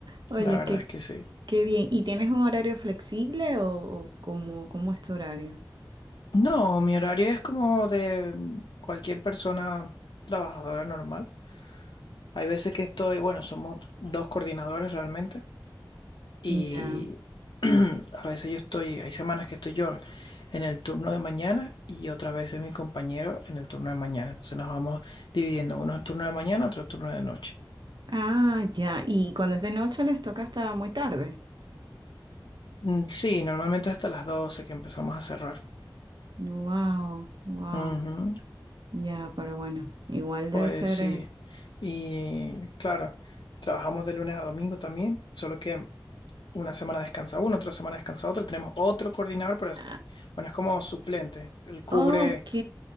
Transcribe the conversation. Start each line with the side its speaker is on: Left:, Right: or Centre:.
Right: Oye,
Left: La verdad
Right: qué,
Left: es que sí.
Right: qué bien. ¿Y tienes un horario flexible o, o cómo, cómo es tu horario?
Left: No, mi horario es como de cualquier persona trabajadora normal. Hay veces que estoy, bueno, somos dos coordinadores realmente. Y
Right: Ya.
Left: <clears throat> a veces yo estoy, hay semanas que estoy yo en el turno de mañana y otras veces mi compañero en el turno de mañana. Entonces nos vamos dividiendo, uno en turno de mañana, otro turno de noche.
Right: Ah, ya. ¿Y cuando es de noche les toca hasta muy tarde?
Left: Mm, Sí, normalmente hasta las 12 que empezamos a cerrar.
Right: Wow, wow.
Left: Ujú,
Right: Ya, pero bueno, igual
Left: Pues
Right: debe ser.
Left: sí.
Right: eh,
Left: Y claro, trabajamos de lunes a domingo también, solo que una semana descansa uno, otra semana descansa otro. Tenemos otro coordinador, pero es,
Right: ah,
Left: bueno, es como suplente. Él cubre
Right: ok.